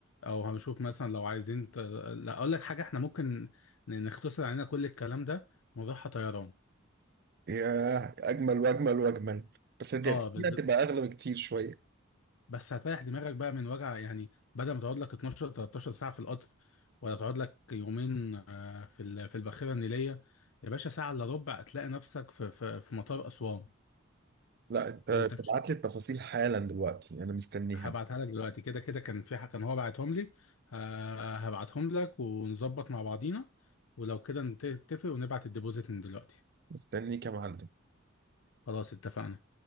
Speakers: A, on the left; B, on the right.
A: او هنشوف مثلا لو عايزين ت... لا اقول لك حاجة احنا ممكن ن- نختصر علينا كل الكلام ده ونروحها طيران
B: ياه اجمل واجمل واجمل بس دي
A: اه بالظبط
B: دي هتبقى اغلى بكتير شويه
A: بس هتريح دماغك بقى من وجع يعني بدل ما تقعد لك 12 13 ساعة في القطر ولا تقعد لك يومين آه، في ال- في الباخرة النيلية يا باشا ساعة إلا ربع هتلاقي نفسك في في في مطار أسوان
B: لا انت تبعت
A: أنت مش
B: لي التفاصيل حالا دلوقتي انا مستنيها
A: هبعتها لك دلوقتي كده كده كان في ح- كان هو بعتهم لي ه- هبعتهم لك ونظبط مع بعضينا ولو كده نتفق ونبعت الديبوزيت من دلوقتي
B: مستنيك يا معلم
A: خلاص اتفقنا